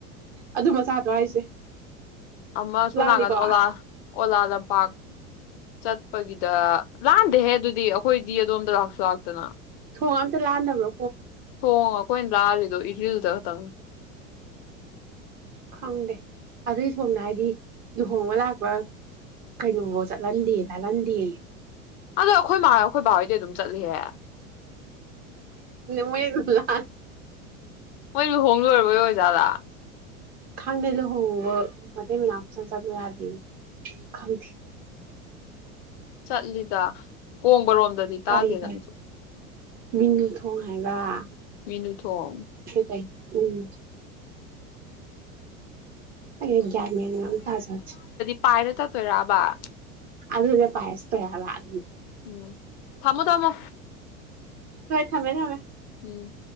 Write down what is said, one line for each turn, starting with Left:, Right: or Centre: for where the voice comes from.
Right: ꯑꯗꯨ ꯃꯆꯥꯥꯗꯣ ꯍꯥꯏꯁꯦ
Left: ꯑꯃ ꯁꯣ
Right: ꯂꯥꯜꯂꯤꯀꯣ
Left: ꯅꯥꯀꯟ ꯑꯣꯂꯥ ꯑꯣꯂꯥ ꯂꯝꯄꯥꯛ ꯆꯠꯄꯒꯤꯗ ꯂꯥꯟꯗꯦꯍꯦ ꯑꯗꯨꯗꯤ ꯑꯩꯈꯣꯏꯗꯤ ꯑꯗꯣꯝꯗ ꯂꯥꯛꯁꯨ ꯂꯥꯛꯇꯅ
Right: ꯊꯣꯡ ꯑꯝꯇ ꯂꯥꯛꯍꯗꯕ꯭ꯔꯣ
Left: ꯇꯉ ꯀꯣꯏ ꯂꯥ ꯂ ꯂꯤꯗꯣ ꯏꯠꯂꯤ ꯂꯗ ꯇ
Right: ꯈꯪꯗꯦ ꯑꯗꯨꯏ ꯊꯣꯡꯗ ꯍꯥꯏꯗꯤ ꯂꯨꯍꯣꯡꯕ ꯂꯥꯛꯄ ꯀꯩꯅꯣ ꯆꯠꯍꯟꯗꯦ ꯂꯥꯜꯍꯟꯗꯦ
Left: ꯑꯗꯣ ꯑꯩꯈꯣꯏ ꯃꯥ ꯑꯩꯈꯣꯏ ꯕꯥꯍꯣꯏꯗꯤ ꯑꯗꯨꯝ ꯆꯠꯂꯤꯍꯦ
Right: ꯃꯣꯏ ꯂ
Left: ꯍꯣꯏ ꯍꯣꯡꯔ ꯁꯣꯖꯗꯥ
Right: ꯈꯥꯡꯗ ꯂ ꯍ ꯃꯅꯁꯟ ꯆ ꯑꯗꯨ ꯌꯥꯗꯤ ꯈꯪ
Left: ꯆꯠꯂꯤꯗ ꯀꯣꯡꯕꯔꯣꯝꯗꯗꯤ ꯇꯥꯗꯦꯗ
Right: ꯀꯔꯤ ꯀꯔꯤ
Left: ꯃꯤꯁꯨ
Right: ꯃꯤꯅꯨ ꯊꯣꯡ ꯍꯥꯏꯕ ꯍ
Left: ꯃꯦꯅꯨ ꯊꯣꯡ
Right: ꯀ ꯎꯝ ꯑ ꯑꯒꯔ ꯃ ꯇꯥꯖ
Left: ꯄꯥꯏꯔꯦ ꯆ ꯇꯣꯏꯔꯕ
Right: ꯑꯗꯨꯗ ꯄꯥꯏꯁꯄꯔ ꯍꯥꯏꯕ
Left: ꯎꯝ ꯊꯝꯃꯣ ꯊꯝꯃꯣ
Right: ꯊꯃꯦ ꯊꯃꯦ
Left: ꯎꯝ